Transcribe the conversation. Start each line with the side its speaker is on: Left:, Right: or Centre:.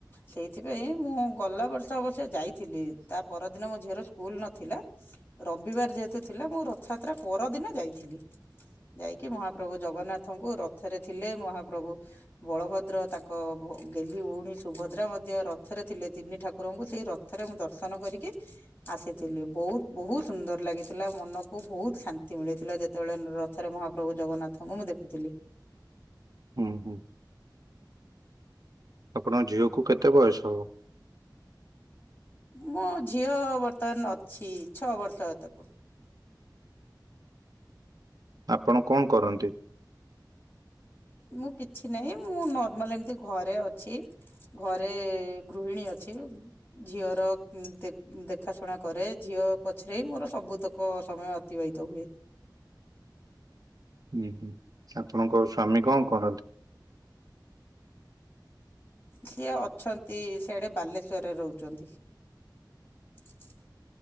Left: ସେଇଥିପାଇଁ ମୁଁ ଗଲା ବର୍ଷ ଅବଶ୍ୟ ଯାଇଥିଲି ତା ପରଦିନ ମୋ ଝିଅର ସ୍କୁଲ ନଥିଲା। ରବିବାର ଯେହେତୁ ଥିଲା ମୁଁ ରଥଯାତ୍ରା ପର ଦିନ ଯାଇଥିଲି। ଯାଇକି ମହାପ୍ରଭୁ ଜଗନ୍ନାଥଙ୍କୁ ରଥରେ ଥିଲେ ମହାପ୍ରଭୁ ବଳଭଦ୍ର ତାଙ୍କ ଭୋ ଭୋ ଗେଲହି ଭୋଉଣୀ ସୁଭଦ୍ରା ମଧ୍ୟ ରଥରେ ଥିଲେ ତିନି ଠାକୁରଙ୍କୁ ସେଇ ରଥରେ ମୁଁ ଦର୍ଶନ କରିକି ଆସିଥିଲି ବହୁତ ବୋହୁତ ସୁନ୍ଦର ଲାଗିଥିଲା ମନକୁ ବୋହୁତ ଶାନ୍ତି ମିଳିଥିଲା ଯେତେବେଳେ ରଥରେ ମହାପ୍ରଭୁ ଜଗନ୍ନାଥଙ୍କୁ ମୁଁ ଦେଖୁ ଥିଲି।
Right: ଉଁ ହୁଁ। ଆପଣଙ୍କ ଝିଅକୁ କେତେ ବୟସ ହବ?
Left: ମୋ ଝିଅ ବର୍ତ୍ତମାନ ଅଛି ଛଅବର୍ଷ ତାକୁ। <inaudible>
Right: ଆପଣ କଣ କରନ୍ତି?
Left: ମୁଁ କିଛି ନାହିଁ ମୁଁ ନର୍ମାଲ ଏମିତି ଘରେ ଅଛି। ଘରେ ଗୃହିଣୀ ଅଛି, ଝିଅର କ ଉ ଦେଖାଶୁଣା କରେ ଝିଅ ର ପଛରେ ହିଁ ମୋର ସବୁତକ ସମୟ ଅତିବାହିତ ହୁଏ।
Right: ହୁଁ ହୁଁ ଆପଣଙ୍କ ସ୍ଵାମୀ କଣ କରନ୍ତି?
Left: ସିଏ ଅଛନ୍ତି ସେଆଡେ ବାଲେଶ୍ଵରରେ ରହୁଚନ୍ତି। <inaudible>